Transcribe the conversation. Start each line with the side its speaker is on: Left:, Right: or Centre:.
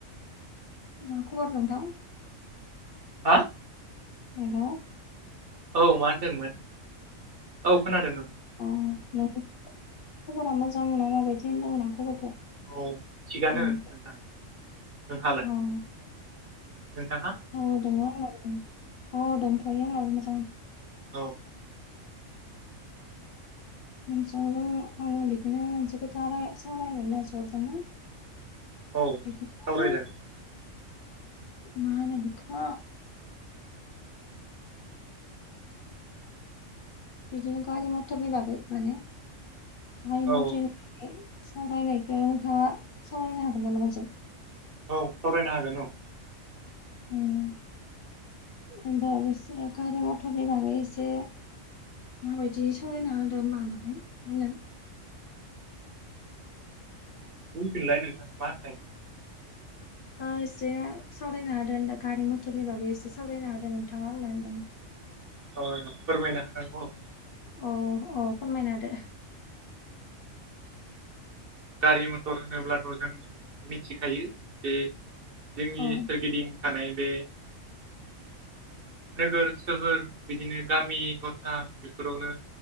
Left: मा खबर नोंथां?
Right: हा
Left: हेलौ
Right: औ मा होनदोंमोन? औ खोनादों औ।
Left: अ नों खबरा मोजां ना माबायदि होनदोंदोंमोन आं खबरखौ।
Right: औ थिगानो
Left: नोंनिखौ
Right: नोंथां नोंहालाय
Left: अ
Right: नोंथाङा
Left: औ दङो आंबो दङो। औ दंथ'यो आंहाबो मोजां
Right: औ
Left: नोंदों आं बिदिनो मोनसे खोथा सावरायनो होननानैसो हरदोंमोन।
Right: औ सावरायजागोन।
Left: बिदिनो मा होनो बिखो बिदिनो गारि मथरनि बागै माने गारि
Right: औ
Left: मथर सावरायनायखौ नोंथाङा सावरायनो हागोन नामा नोंजों?
Right: औ सावरायनो हागोन औ।
Left: ओम ओमबा अबसे गारि मथरनि बागै एसे माबायदि सावरायना होदों मा नोंथां आंनो
Right: बुंफिनलाय नोंथां मा होननाय?
Left: <unintelligible> एसे सावरायनो हादों <unintelligible> मथरनि बागै एसे सावरायनो हादों नोंथाङा आंनो होनदों।
Right: <unintelligible> फोरमायना होनांगौ।
Left: अ अ फोरमायना होदो।
Right: गारि मथर होनोब्लाथ' जों मिथिखायो जे जोंनि
Left: अ
Right: सोरगिदिं थानाय बे नोगोर सोहोर बिदिनो गामि गथा बेफोरावनो